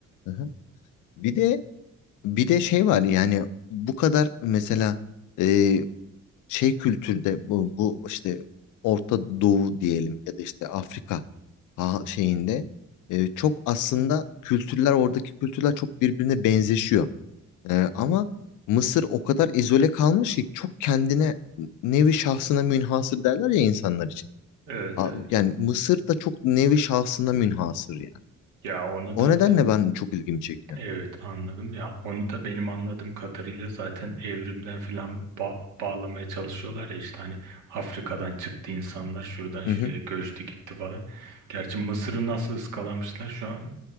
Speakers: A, on the left; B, on the right.
A: Hı hı. Bir de bir de şey var yani bu kadar mesela e, şey kültürde bu, bu işte Orta Doğu diyelim ya da işte Afrika ha- şeyinde e, çok aslında kültürler oradaki kültürler çok birbirine benzeşiyor. E, ama Mısır o kadar izole kalmış ki çok kendine nevi şahsına münhasır derler ya insanlar için.
B: Evet
A: A-
B: evet.
A: Yani Mısır da çok nevi şahsına münhasır yani.
B: Ya ona
A: O
B: da
A: nedenle
B: be-
A: ben çok ilgimi çekiyor.
B: evet anladım ya onu da benim anladığım kadarıyla zaten evrimden filan ba- bağlamaya çalışıyorlar ya işte hani Afrika'dan çıktı insanlar şuradan şuraya
A: Hı hı.
B: göçtü gitti falan. Gerçi Mısır'ı nasıl ıskalamışlar şu an